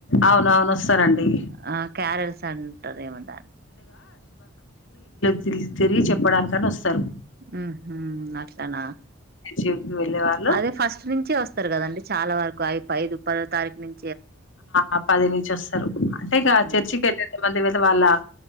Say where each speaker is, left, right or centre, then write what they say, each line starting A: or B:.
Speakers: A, on the left (about 65°); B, on the right (about 45°).
A: అవునవును వస్తారండి
B: ఆ క్యారెల్స్ అంటరు ఏమంట
A: తిరిగి తిరిగి చెప్పడానికని ఒస్తరు.
B: మ్ హు అట్లనా
A: చర్చికి వెళ్ళే వాళ్ళు
B: అదే ఫస్ట్ నుంచి వస్ కదండి చాలా వరకు ఐ ఐదు పదో తారీఖు నుం
A: ఆ పది నుంచి వస్తారు అంటే ఇక
B: ఉమ్
A: చర్చికి <inaudible> మంది విధ వాళ్ళ